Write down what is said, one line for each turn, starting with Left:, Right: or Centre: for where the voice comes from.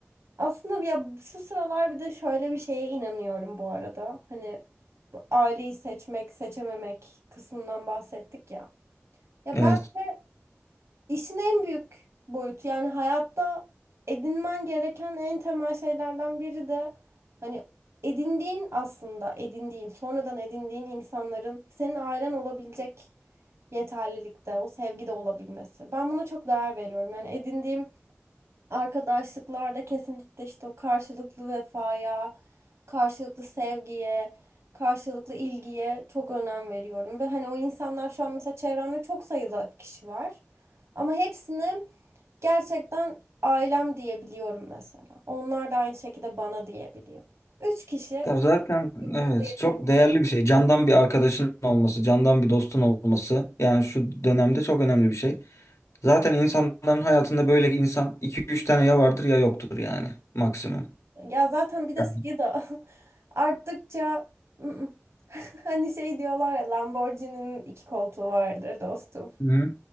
Right: Aslında ya şu sıralar bir de şöyle bir şeye inanıyorum bu arada. Hani bu aileyi seçmek, seçememek kısmından bahsettik ya. Ya
Left: evet.
Right: bence işin en büyük boyutu yani hayatta edinmen gereken en temel şeylerden biri de hani edindiğin aslında edindiğin, sonradan edindiğin insanların senin ailen olabilecek yeterlilikte, o sevgide olabilmesi. Ben buna çok değer veriyorum. Yani edindiğim arkadaşlıklarda kesinlikle işte o karşılıklı vefaya, karşılıklı sevgiye, karşılıklı ilgiye çok önem veriyorum. Ve hani o insanlar şu an mesela çevremde çok sayılı kişi var. Ama hepsini gerçekten ailem diyebiliyorum mesela. Onlar da aynı şekilde bana diyebiliyor. Üç kişi
Left: Ya zaten
Right: birbirimize
Left: evet
Right: yetebiliyor.
Left: çok değerli bir şey. Candan bir arkadaşın olması, candan bir dostun olması yani şu dönemde çok önemli bir şey. Zaten insanların hayatında böyle insan iki üç tane ya vardır ya yoktur yani maksimum.
Right: Ya zaten bir de
Left: Yani.
Right: sayı da <laughs> arttıkça ı-ı. <laughs> hani şey diyorlar ya Lamborghini'nin iki koltuğu vardır dostum.
Left: Hı hı.